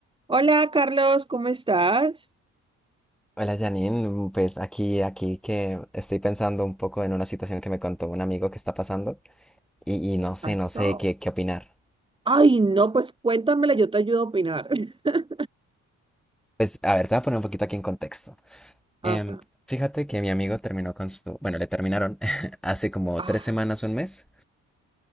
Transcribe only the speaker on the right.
Hola Carlos, ¿cómo estás?
Pasó.
Ay, no, pues cuéntamela, yo te ayudo a opinar. <laughs>
Acá.
Ah,